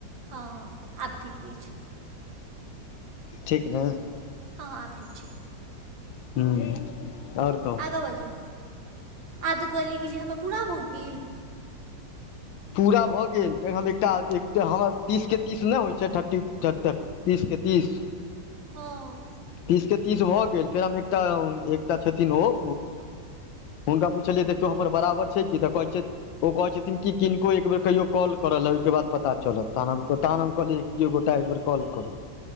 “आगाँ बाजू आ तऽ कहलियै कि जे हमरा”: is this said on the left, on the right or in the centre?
Right